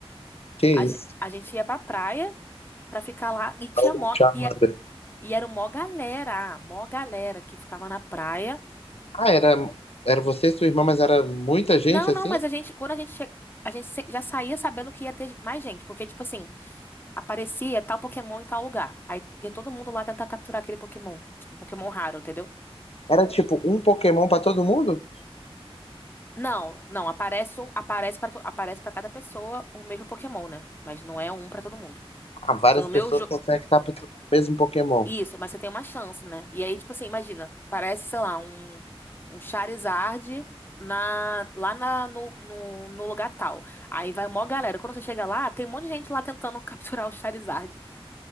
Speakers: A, on the left; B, on the left.
A: Que
B: A, ge-
A: isso?
B: a gente ia pra praia pra ficar lá e tinha
A: O
B: mó
A: Charmander.
B: e, é, e era mó galera, mó galera que ficava na praia.
A: Ah, era, era você e sua irmã, mas era muita gente
B: Não,
A: assim?
B: não, mas a gente, quando a gente che... a gente se- já saía sabendo que ia ter mais gente, porque, tipo assim, aparecia tal Pokémon em tal lugar. Aí ia todo mundo lá tentar capturar aquele Pokémon. Tipo, um Pokémon raro, entendeu?
A: Era tipo um Pokémon pra todo mundo?
B: Não, não, aparece um, aparece para aparece para cada pessoa o mesmo Pokémon, né? Mas não é um pra todo mundo.
A: Ah, várias
B: Tipo, no meu
A: pessoas
B: jogo.
A: conseguem capturar o mesmo Pokémon.
B: Isso, mas você tem uma chance, né? E aí, tipo assim, imagina, parece, sei lá, um, um Charizard na, lá na, no, no, no lugar tal. Aí vai mó galera. Quando você chega lá, tem um monte de gente lá tentando <laughs> capturar o Charizard.